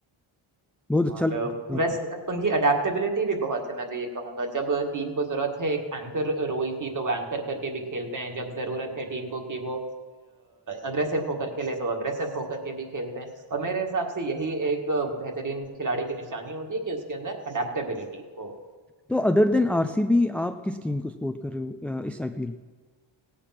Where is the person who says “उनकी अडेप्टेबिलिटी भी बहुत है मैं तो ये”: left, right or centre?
Right